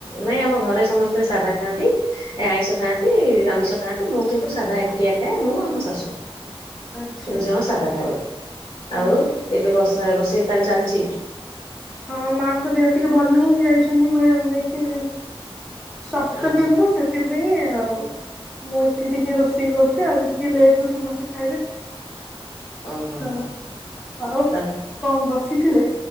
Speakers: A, on the left; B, in the centre.
A: ନାଇଁ ଆମ ଘରେ ସମସ୍ତେ ସାଧା ଖାଆନ୍ତି। ଏ ଆଇଁଷ ଖାଆନ୍ତି ଆମିଷ ଖାଆନ୍ତି ମୁଁ କିନ୍ତୁ ସାଧା ଏକୁଟିଆ ଖାଏ ମୁଁ ଆଉ ମୋ ଶାଶୁ।
B: ଆଚ୍ଛା
A: ତିନି
B: ଆଚ୍ଛା।
A: ଜଣ ସାଧା ଖାଉ
B: ହୁଁ
A: ଆଉ ଏବେ ବସା ରୋଷେଇ ତାଲେ ଚାଲିଛି?
B: ହଁ ମାଙ୍କ ଦେହ ଟିକେ ଭଲ ରହୁନି ଯାଇଛନ୍ତି <unintelligible> ଯାଇକି <unintelligible>
A: ଓହୋ
B: ସେଥିପାଇଁ ଆଉ। ମୁଁ ଏଠି ଟିକେ ରୋଷେଇ କରୁଛି ଆଜି ଟିକେ ଲେଟ୍ କୁ ସମସ୍ତେ ଖାଇବେ।
A: ଓହୋ
B: ହଁ,
A: ହୋ
B: ଆଉ
A: ତାହେଲେ
B: କଣ ବସିଥିଲେ?